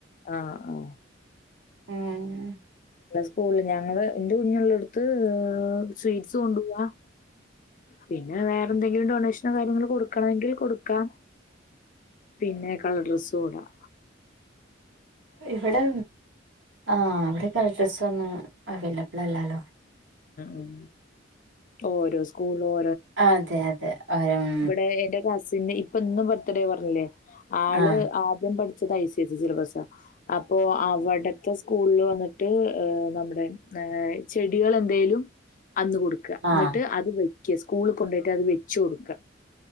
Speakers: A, on the left; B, on the right.
A: ആ ആ
B: ഉം
A: സ്കൂൾ ഞങ്ങൾ ഇന്റെ കുഞ്ഞുള്ളട്ത്ത് ഹ് സ്വീറ്റ്സ് കൊണ്ടുപോവാ പിന്നെ വേറെ എന്തെങ്കിലും ഡോനേഷനോ കാര്യങ്ങൾ കൊടുക്കണമെങ്കിൽ കൊടുക്കാം പിന്നെ കളർ ഡ്രെസ്സും ഇടം
B: ഇവടെ ആ ഇവടെ കളർ ഡ്രസ്സ് ഒന്നും അവൈലബിൾ അല്ലാലോ
A: ഉം ഓരോ സ്കൂളും ഓ
B: അതെ അതെ അവര് ഉം
A: ഇവിടെ എന്റെ കസിന് ഇപ്പൊ ഇന്നും ബർത്ത്ഡേ പറഞ്ഞില്ലേ ആള്
B: ആഹ്
A: ആദ്യം പഠി ച്ചത് ഐ സി ഐ സി സിലബസ്സ അപ്പൊ അവിടത്തെ സ്കൂളിൽ വന്നിട്ട് ആ നമ്മുടെ ആ ചെടികൾ എന്തേലും അന്ന് കൊടുക്ക എന്നിട്ട്
B: ആഹ്
A: അത് വെ ക്ക് സ്കൂളിൽ കൊണ്ടോട്ട് അത് വെച്ച് കൊടുക്ക